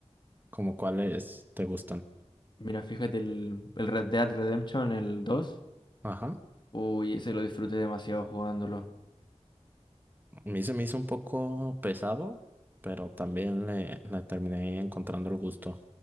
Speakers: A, on the right; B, on the left.
A: como cuáles te gustan.
B: Mira, fíjate, el, el Red Dead Redemption, el 2,
A: Ajá.
B: uy, ese lo disfruté demasiado jugándolo.
A: A mí se me hizo un poco pesado, pero también le, le terminé encontrando el gusto.